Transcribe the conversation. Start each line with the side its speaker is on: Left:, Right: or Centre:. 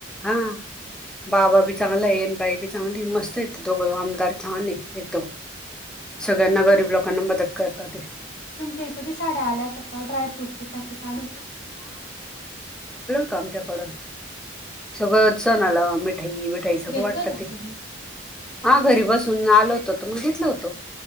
Centre: हा बाबा बी चांगला येन बाई बी चांगली मस्त येत दोघं आमदार चांले एकदम सगळ्यांना गरीब लोकांना मदत करतात ते
Left: तुमच्या इथे बी साड्या आल्यात काडायफ्रूटचे पॅकेट आले होत
Centre: आमच्याकड सगळं जण आला मिठाई विठाई सगळं
Left: घेतलं
Centre: वाटत
Left: होतं का
Centre: ते
Left: तुम्ही
Centre: हा घरी बसून आल होतं तर मगघितलं होतो